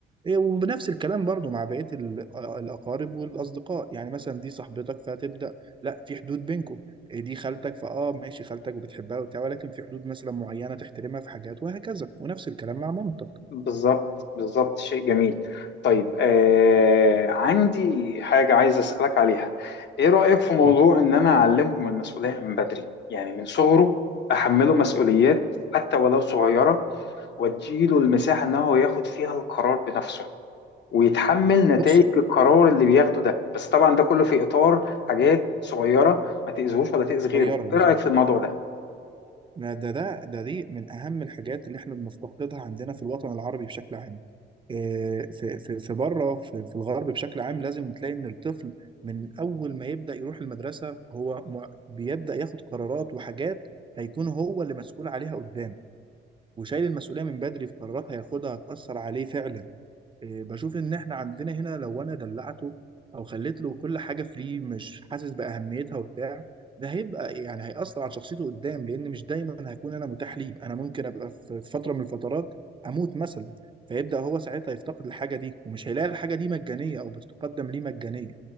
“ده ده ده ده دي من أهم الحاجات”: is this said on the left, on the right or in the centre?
Right